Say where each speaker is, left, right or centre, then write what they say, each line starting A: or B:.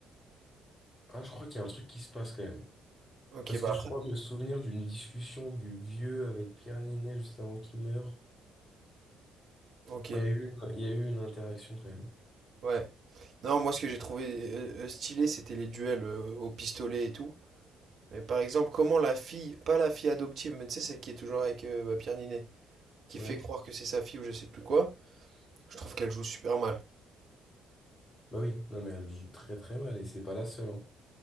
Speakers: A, on the left; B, on the right.
A: Ah, je crois qu'il y a un truc qui se passe, quand même.
B: Ok,
A: Parce
B: bah
A: que je
B: après,
A: crois me souvenir d'une discussion du vieux avec Pierre Ninet juste avant qu'il meure.
B: ok,
A: Enfin, il y a eu une, il y a eu une interaction quand même.
B: ouais. Non, moi ce que j'ai trouvé euh, euh, stylé, c'était les duels euh, au pistolet et tout. Mais par exemple, comment la fille, pas la fille adoptive, mais tu sais, celle qui est toujours avec euh, bah, Pierre Ninet, qui
A: Ouais.
B: fait croire que c'est sa fille ou je sais plus quoi, je trouve qu'elle joue super mal.
A: Bah oui, non mais elle joue très très mal et c'est pas la seule. hein.